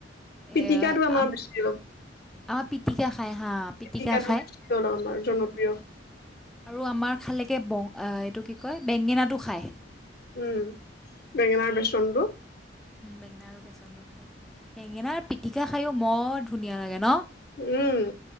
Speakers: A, in the centre; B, on the left.
A: এ
B: পিটিকাটো আমাৰ
A: আম
B: বেছি ৰব।
A: আমাৰ পিটিকা খায় হা
B: পিটিকাটো
A: পিটিকা খায়
B: বেছি আমাৰ জনপ্ৰিয়
A: আৰু আমাৰ খালেকে বং অ এইটো কি কয় বেঙেনাটো খায়
B: উম বেঙেনাৰ বেচনটো।
A: বেঙেনা আৰু বেচনটো খায় বেঙেনাৰ পিটিকা খায়ো বৰ ধুনীয়া লাগে ন'।
B: উম'